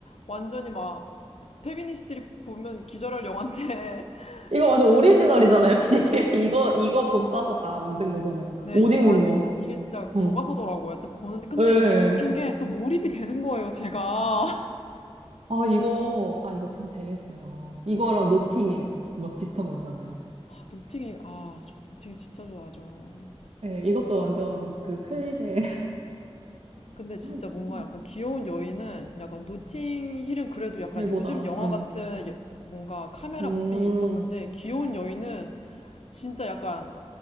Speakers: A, on the left; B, on the right.
A: 완전히 막 페미니스트들이 보면 기절할 영화인데. <laughs>
B: 이거
A: 근데
B: 완전 오리지널이잖아요, 이게. <laughs> 이거, 이거 본 따서 다 만든 거잖아요.
A: 네,
B: 옷
A: 이게
B: 입는
A: 완,
B: 거.
A: 이게 진짜
B: 응.
A: 교과서더라고요. 진짜 보는데. 근데
B: 예.
A: 이게 웃긴 게 또 몰입이 되는 거예요, 제가.
B: 아, 이거, 아, 이거 진짜 재밌어요. 이거랑
A: <laughs>
B: 노팅에 막 비슷한 거 있잖아요.
A: 아, 노팅힐, 아, 저 노팅힐 진짜 좋아하죠.
B: 예, 이것도 완전 그 클리셰.
A: 근데 진짜
B: <laughs>
A: 뭔가 약간 귀여운 여인은 약간 노팅힐은 그래도 약간
B: 일보다,
A: 요즘 영화
B: 응.
A: 같은 여- 뭔가 카메라
B: 음,
A: 무빙이 있었는데 귀여운 여인은 진짜 약간